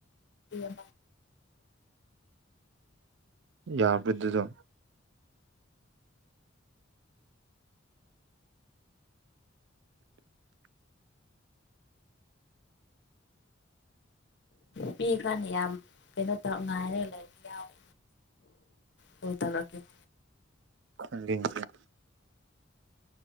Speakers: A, on the left; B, on the right.
A: <inaudible>
B: ꯌꯥꯕꯗꯨꯗꯣ
A: ꯄꯤ ꯀꯥꯟꯅꯤ ꯌꯥꯝ ꯀꯩꯅꯣ ꯇꯧ ꯉꯥꯏꯔꯦ ꯂꯥꯏꯔꯤꯛ ꯌꯥꯎꯋꯦ ꯍ ꯇꯅꯀꯤ <unintelligible>
B: ꯈꯪꯒꯦꯡꯒ <unintelligible>